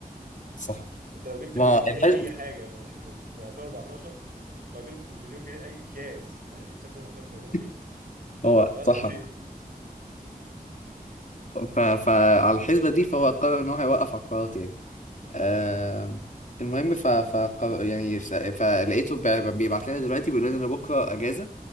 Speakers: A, on the left; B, on the right.
A: صح
B: انت لو جبت
A: ما
B: المليون جنيه
A: الحسبة
B: اي حاجه من, <laughs> من من 2014 لو جبت مليون جنيه اي اكياس هتكسب فيهم اكتر من 3 مليون
A: <laughs> هو
B: والله
A: صح
B: العظيم
A: ف... فعلى الحسبة دي فهو قرر ان هو هيوقف عقارات يعني
B: <laughs>
A: آم، المهم ف... ف... يعني س- فلقيته بيبعت لنا دلوقتي بيقول لنا بكره اجازة